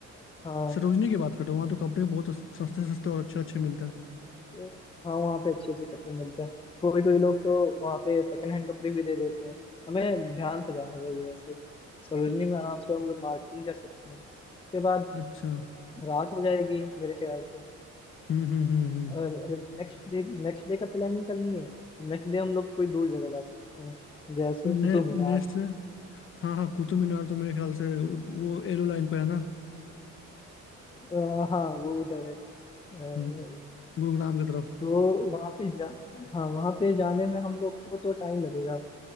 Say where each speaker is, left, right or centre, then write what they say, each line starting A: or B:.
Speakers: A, on the left; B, on the left.
A: हाँ
B: सरोजनी की बात कर रहे हो वहाँ तो कपड़े बहुत सस्ते सस्ते और अच्छे अच्छे मिलते हैं
A: तो हाँ वहाँ पे अच्छे अच्छे कपड़े मिलते हैं कोई कोई लोग तो वहाँ पे सेकंड हैंड कपड़े भी दे देते हैं हमें ध्यान से जाना चाहिए वैसे सरोजनी
B: तो,
A: में आराम से हम लोग मार्केटिंग कर सकते हैं इसके बाद
B: अच्छा
A: रात हो जाएगी मेरे ख्याल से
B: हम्म हम्म हम्म हम्म
A: और अगर नेक्स्ट डे नेक्स्ट डे का प्लानिंग करनी है नेक्स्ट डे हम लोग कोई दूर जगह जा सकते हैं जैसे
B: ने,
A: कुतुब
B: नेक्स्ट
A: मीनार
B: से हाँ हाँ कुतुब मीनार तो मेरे ख्याल से उ- वो एलो लाइन पे है ना
A: अ, हाँ वो उधर है अ,
B: हम्म गुरुग्राम की तरफ
A: तो वहाँ पे जा हाँ वहाँ पे जाने में हम लोग को तो टाइम लगेगा